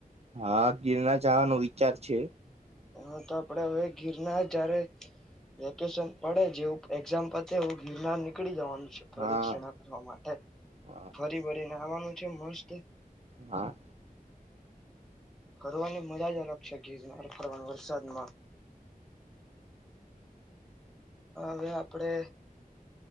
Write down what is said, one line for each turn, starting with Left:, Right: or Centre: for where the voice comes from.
Right: હા ગિરનાર જવાનો વિચાર છે
Centre: હા તો આપડે હવે ગીરનાર જયારે વેકેશન પડે જેવું એક્ઝામ પતે એવું ગીરનાર નીકળી જવાનું છે પ્રદક્ષિણા
Right: હા
Centre: કરવા માટે
Right: હા
Centre: ફરી વળને ખાવાનું છે મસ્ત
Right: હા
Centre: ફરવાની મજા જ અલગ છે ગિરનાર વરસાદમાં હવે આપડે